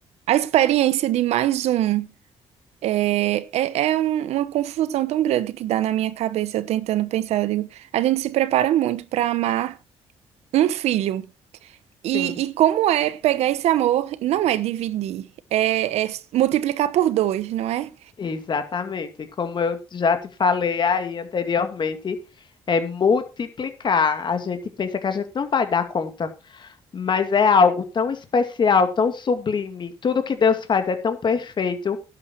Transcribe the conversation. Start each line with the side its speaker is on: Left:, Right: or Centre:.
Right: a experiência de mais um. É, é, é um- uma confusão tão grande que dá na minha cabeça, eu tentando pensar, eu digo, a gente se prepara muito para amar um filho. E,
Left: Sim.
Right: e como é pegar esse amor, não é dividir, é, é multiplicar por dois, não é?
Left: Exatamente. Como eu já te falei aí anteriormente, é multiplicar. A gente pensa que a gente não vai dar conta mas é algo tão especial, tão sublime. Tudo que Deus faz é tão perfeito